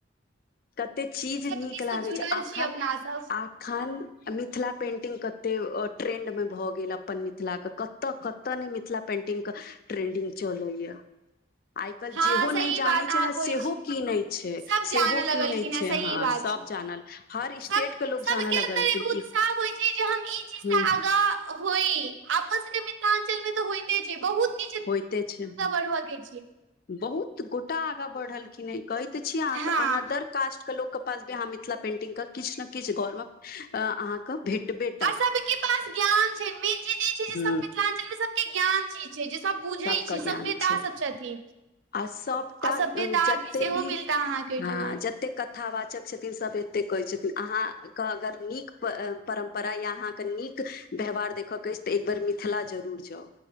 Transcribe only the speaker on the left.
कते चीज
नीक
लागैत
छै आखन
आ खान मिथिला पेंटिंग कते ट्रेंड मे भऽ गेल अपन मिथिला क कत कतऽ कतय नै मिथिला पेंटिंग के ट्रेंडिंग चलैया आइ काल्हि
जेहो
नै जानै
छै न
सेहो
कीनै छै
सेहो
की नय छै
हँ
सब
जानल हर स्टेट
के लोग
जानऽ लगलखिन
कि
हु
होइते छै
बहुत गोटा आगाँ बढ़लखिन ह कहै तऽ छीयै अहाँके
अनदर कास्ट के लोक के मिथिला पेंटिंग क किछ न किछ घर म अहाँ क भेट भेट
हू
सबके
ज्ञान
छै
आ सबटा
जते
भी
हां
जते कथा वाचक छथिन सभ एते कहै छथिन अहाँ क अगर नीक परम्प रा यहां क नीक व्यहार देखऽ के अछि त एक बेर मिथिला जरुर जाउ